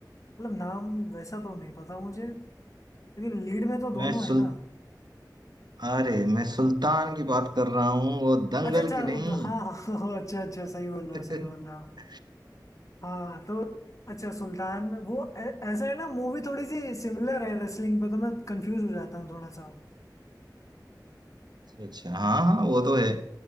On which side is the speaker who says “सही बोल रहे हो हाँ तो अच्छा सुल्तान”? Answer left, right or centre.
Left